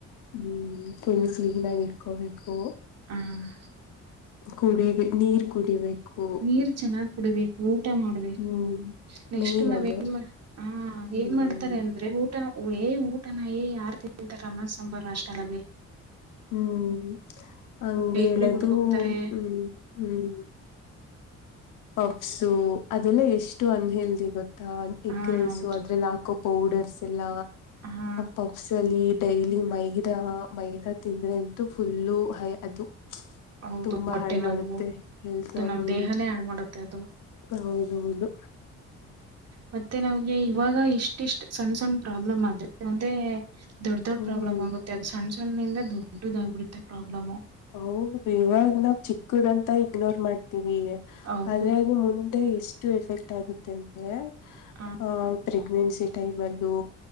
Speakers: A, on the left; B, on the right.
A: ಹ್ಮ್ ಫುಲ್ ಕ್ಲೀನ್ ಆಗಿ ಇಟ್ಕೋಬೇಕು
B: ಹ್ಮ್
A: ಕುಡೀರಿ ನೀರ್ ಕುಡಿಬೇಕು
B: ನೀರ್ ಚೆನ್ನಾಗ್ ಕುಡಿಬೇಕು ಊಟ ಮಾಡ್ಬೇಕು
A: ಹ್ಮ್
B: ನೆಕ್ಸ್ಟ್
A: ಮೇನ್
B: ನಾವೇನ್
A: ಅದೇ
B: ಮಾಡ್ ಹಾ ಹಾ
A: ಹ್ಮ್
B: ಏನ್ ಮಾಡ್ತಾರೆ ಅಂದ್ರೆ ಊಟ ಏ ಊಟನ ಯಾರ ತಿಂತಾರ ಅನ್ನ ಸಂಬರ್ ಹಾಸ್ಟೆಲ್ ಅಲ್ಲಿ.
A: ಹ್ಮ್ ಹಂಗ
B: ಬೇಕ್ರಿಗಳು
A: ಹೇಳದು
B: ಹೋಗ್ತಾರೆ
A: ಹ್ಮ್ ಹ್ಮ್. ಪಪ್ಸು ಅದೆಲ್ಲ ಎಷ್ಟು ಅನ್ಹೆಲ್ತ್ತಿ ಗೊತ್ತು. ಎಗ್
B: ಹಾ
A: ರೈಸು
B: ಹೌದು
A: ಅದ್ರಲ್ಲಿ ಹಾಕೋ ಪೌಡರ್ಸ್ ಎಲ್ಲ
B: ಹಾ
A: ಪಪ್ಸ್ ಅಲ್ಲಿ. ಡೈಲಿ ಮೈದಾ ಮೈದಾ ತಿಂದ್ರೆ ಅಂತೂ ಫುಲ್ಲು ಅದು.
B: ಹೌದು
A: ತುಂಬಾ
B: ಹೊಟ್ಟೆ
A: ಹಾಳ್
B: ನೋವು
A: ಮಾಡುತ್ತೆ ಹೇಳ್ಸ
B: ಅದು ನಮ್
A: ಹ್ಮ್.
B: ದೇಹನೇ ಹಾಳ್ ಮಾಡುತ್ತೆ ಅದು
A: ಹೌದೌದು.
B: ಮತ್ತೆ ನಮ್ಗೆ ಇವಾಗ ಇಷ್ಟಿಷ್ಟ್ ಸಣ್ ಸಣ್ಣ್ ಪ್ರಾಬ್ಲಮ್ ಆಗುತ್ತೆ ಅಂದ್ರೆ. ದೊಡ್ ದೊಡ್ಡ
A: ಹ್ಮ್
B: ಪ್ರಾಬ್ಲಮ್ ಆಗುತ್ತೆ ಅದು ಸಣ್ಣ ಸಣ್ಣ ನಿಂದ ದೊಡ್ಡದು ಆಗ್ಬಿಡುತ್ತೆ ಪ್ರಾಬ್ಲಮ್.
A: ಹೌದು ಇವಾಗ ನಾವ್ ಚಿಕ್ಕದಂತ ಇಗ್ನೋರ್ ಮಾಡ್ತೀವಿ
B: ಹೌದು
A: ಆದ್ರೆ ಅದು ಮುಂದೆ ಎಷ್ಟು ಎಫೆಕ್ಟ್. ಗುತ್ತೆ ಅಂದ್ರೆ
B: ಹ
A: ಆ ಪ್ರೆಗ್ನೆನ್ಸಿ ಟೈಮ್ ಅಲ್ಲೂ.